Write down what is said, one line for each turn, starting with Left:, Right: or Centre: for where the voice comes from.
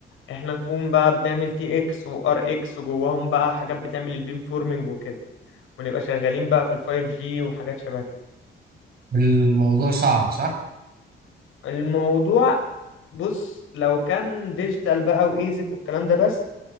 Left: احنا نكون بقى بنعمل تي اكس وار اكس وجواهم بقى حاجات بتعمل البيم فورمينج وكده ونبقى شغالين بقى في الفايف جي وحاجات شبه كده
Right: الموضوع صعب صح؟
Left: الموضوع بص لو كان ديجيتال بقى وايزك والكلام ده بس